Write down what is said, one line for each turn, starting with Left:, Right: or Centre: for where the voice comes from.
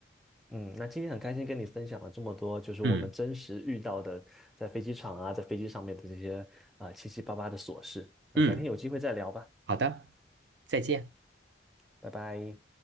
Centre: 嗯，那今天很开心跟你分享了这么多，就是我们真实遇到的在飞机场啊，
Right: 嗯
Centre: 在飞机上面的这些啊、呃七七八八的琐事。那改天有机会再聊吧，
Right: 嗯，好的，再见。
Centre: 拜拜。